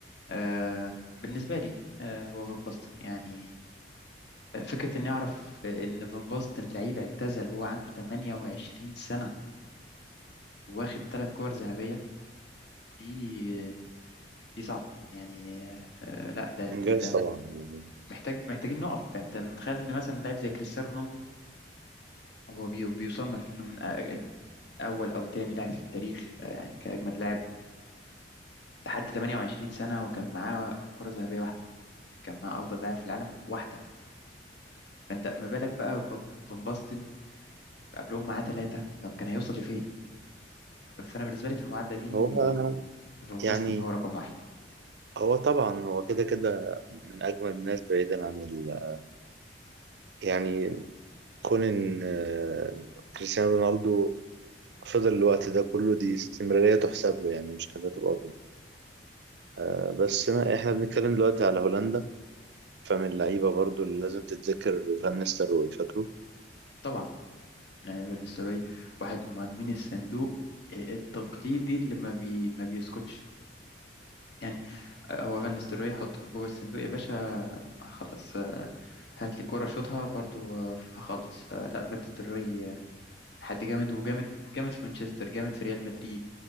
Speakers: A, on the left; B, on the right.
A: آه، بالنسبة لي آه، هو فان باستن يعني آه، فكرة اني اعرف ان فان باستن لعيب اعتزل وهو عنده 28 سنة واخد ثلاث كور ذهبية دي دي صعبة يعني آه، لا ده
B: إنجاز
A: دي- ده
B: طبعا يعني
A: محتاج محتاجين نقف يعني انت متخيل ان مثلا لاعب زي كريستيانو رونالدو هو بي- بيصنف انه من أ- اول او تاني لاعب في التاريخ آه، يعني كاجمد لاعب لحد 28 سنه وكان معاه كره ذهبيه واحده كان معاه افضل لاعب في العالم واحده فانت ما بالك بقى بم- فان باستن قبلهم معاه ثلاثه طب كان هيوصل لفين فانا بالنسبه لي في المعادله دي
B: هو
A: فان
B: يعني
A: باستن هو رقم واحد
B: هو طبعا هو كده كده من أجمل الناس بعيدا عن ال... يعني كون إن آه، كريستيانو رونالدو فضل الوقت ده كله دي استمرارية تحسب له يعني مش حاجة تبقى ضد. آه، بس ما إحنا بنتكلم دلوقتي على هولندا فمن اللعيبة برضو اللي لازم تتذكر فان نيستلروي فاكره
A: طبعا يعني بالنسبه لي واحد من مهاجمين الصندوق آه، التقليدي اللي ما بي ما بيسكتش يعني آه، هو فان نيستلروي حطه في جوه الصندوق يا باشا هخلص آه، هات لي كوره شوطها برضو آه، هخلص فلا فان نيستلروي آه، حد جامد وجامد جامد في مانشستر جامد في ريال مدريد